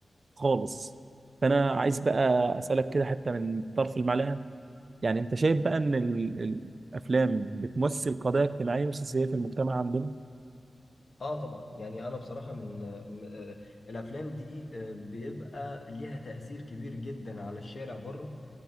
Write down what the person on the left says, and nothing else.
اه طبعا يعني انا بصراحه من م- آه، الافلام دي آه، بيبقى ليها تاثير كبير جدا على الشارع بره